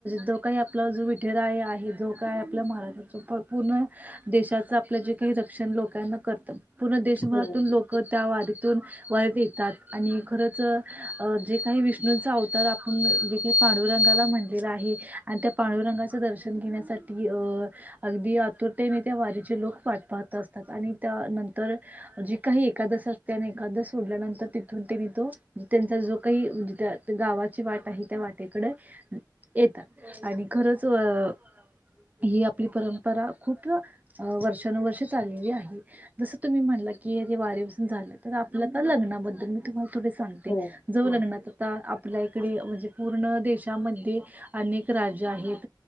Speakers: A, on the right; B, on the left.
A: जो काही आपला जो विठुराय आहे जो काय आपल्या महाराष्ट्राच पूर्ण देश त्याच आपलं जे काही रक्षण लोकांना करतात पूर्ण देशभरातून
B: हो
A: लोक त्या वारीत वारीतुन वरीत येतात आणि खरच जे काही विष्णूंचा अवतार आपण जे काही पाडुरंगाला म्हण् मंदिर त्या पांडुरंगाच दर्शन घेण्यासाठी अगदी आतुरतेने त्या वारीत लोक वाट पाहत असतात आणि त्यानंतर जी काही एकादशी असते आणि एकादशी सोडल्यानंतर तिथून तीनी तो. त्यांचा जो काही म्हणजे त्या गावाची वाट आहे त्या वाटेकडे येतात आणि खरंच अ! ही आपली परंपरा खूप वर्षानुवर्ष चाललेली आहे जसं तुम्ही म्हणाल म्हणला किआपल्या लग्नाबद्दल मी तुम्हाला <unintelligible> सांगते
B: हो
A: ज
B: हा
A: लग्नात आता आपल्या इकडे म्हणजे पूर्ण देशामध्ये अनेक राज्य आहेत,